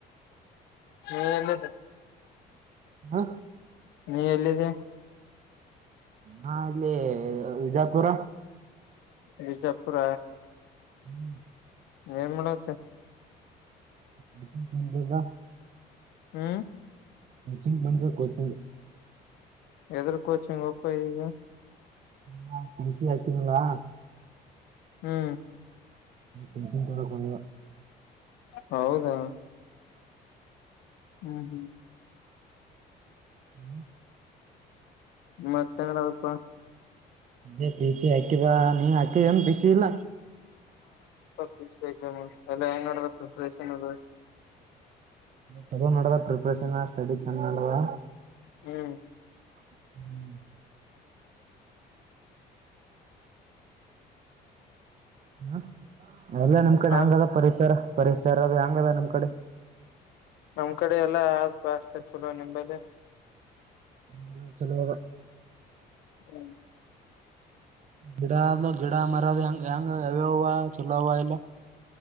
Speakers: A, on the left (about 80°); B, on the right (about 45°).
A: ಹ್ಮ ಎಲ್ಲದ
B: ಹಾ
A: ನೀ ಎಲ್ಲಿದೆ
B: ಹಾ ಇಲ್ಲಿ ವಿಜಾಪುರ
A: ವಿಜಾಪುರ
B: ಹ್ಮ್
A: ನಿರ್ಮಳ ಆತ್ತು
B: ದ
A: ಹ್ಮ್
B: ಕೋಚಿಂಗ್ ಬಂದ್ರೆ ಕಿಂಗ್ ಹು
A: ಎದ್ರ ಕೋಚಿಂಗ್ ಒಪ್ಪ ಈಗ
B: ಹ ಪಸಿ ಆತೀನಾ
A: ಹ್ಮ್
B: ಹ್ಮ್ ಷನ್ ತಡ ಕೊನ
A: ಹೌದಾ ಹ್ಮ್ ಹ್ಮ್
B: ಹ್ಮ್
A: ಮತ್ತ ಂಗಪ್ಪ
B: ಅ ಪಿಸಿಿ ಆಕ್ಿಿವ ನೀ ಅಕೆ ಏನು ಪಿಸಿ ಇಲ್ಲ
A: ಎಾಮ್ ಎಲ್ಲ ಹೆಂಗ್ ನಡ್ಡದ ಪ್ರಿಪರೇಷನ್ ಅದು
B: ಚಲೋ ನಡ್ಡದ ಪ್ರಿಪ್ರೇಷನ್ ಸ್ಟಡಿ ಚಂದ ನಡ್ಡದ
A: ಹ್ಮ್
B: ಹ್ಮ್ ಹಾ ಎಲ್ಲಾ ನಮ್ ಕಡೆ
A: ಹ
B: ಹಂಗ ಅದ ಪರಿಸರ ಪರಿಸರದ ಹಂಗದ ನಮ್ ಕಡೆ
A: ನಮ್ ಕಡೆ ಎಲ್ಲಾ ಆಗ್ ಅಷ್ಟೆ ಚಲೋ ನಿಂಬಲ್ಲಿ
B: ಹ ಚಲೋ
A: ಹ್ಮ್
B: ಗಿಡ ಗಿಡ ಮರದ ಹೆಂಗ ಹೆಂಗ ಹ ಚಲವ ಇಲ್ಲ